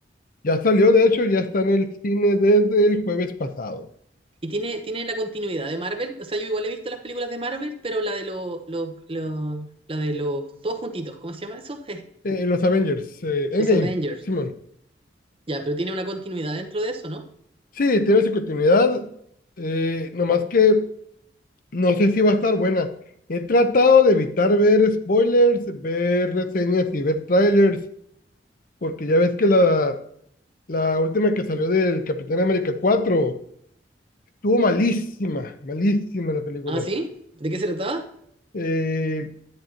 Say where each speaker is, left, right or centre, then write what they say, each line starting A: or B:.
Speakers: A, on the left (about 50°); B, on the right (about 30°).
A: Ya salió, de hecho, ya está en el cine desde el jueves pasado.
B: ¿Y tiene, tiene la continuidad de Marvel? O sea, yo igual he visto las películas de Marvel, pero la de los, los, los- la de los, todos juntitos, ¿cómo se llama eso?
A: Eh, los Avengers, eh,
B: <laughs>
A: Endgame,
B: Los Avengers.
A: Simón.
B: Ya, pero tiene una continuidad dentro de eso, ¿no?
A: Sí, tiene su continuidad, eh, nomás que no sé si va a estar buena. He tratado de evitar ver spoilers, ver reseñas y ver trailers, porque ya ves que la, la última que salió del Capitán América 4 estuvo malísima, malísima la película.
B: Ah, ¿sí? ¿De qué se trataba?
A: Eh,